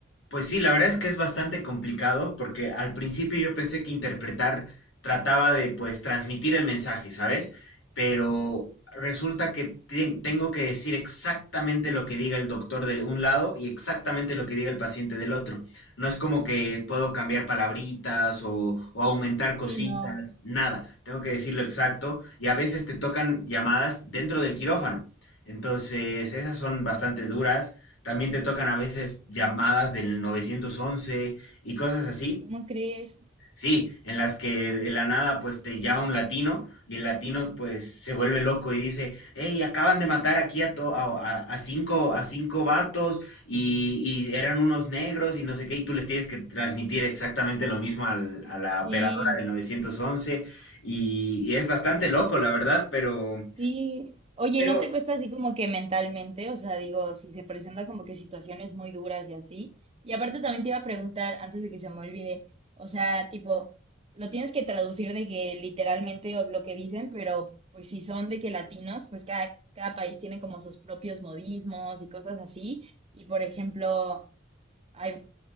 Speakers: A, on the left; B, on the right.
A: Pues sí, la verdad es que es bastante complicado porque al principio yo pensé que interpretar trataba de pues transmitir el mensaje, ¿sabes? Pero resulta que ten- tengo que decir exactamente lo que diga el doctor de un lado y exactamente lo que diga el paciente del otro. No es como que puedo cambiar palabritas o, o aumentar cositas,
B: Sí, no.
A: nada. Tengo que decir lo exacto y a veces te tocan llamadas dentro del quirófano. Entonces, esas son bastante duras también te tocan a veces llamadas del 911 y cosas así.
B: ¿Cómo crees?
A: Sí, en las que de la nada pues te llama un latino y el latino pues se vuelve loco y dice, hey, acaban de matar aquí a, to- a, a- a cinco, a cinco vatos y, y eran unos negros y no sé qué, y tú les tienes que transmitir exactamente lo mismo al- a la operadora
B: Sí,
A: del 911 y, y es bastante loco, la verdad, pero...
B: sí. Oye,
A: Pero...
B: ¿no te cuesta así como que mentalmente? O sea, digo, si se presenta como que situaciones muy duras y así. Y aparte también te iba a preguntar, antes de que se me olvide, o sea, tipo, lo tienes que traducir de que literalmente o lo que dicen, pero pues si son de que latinos, pues cada, cada país tiene como sus propios modismos y cosas así. Y por ejemplo, hay,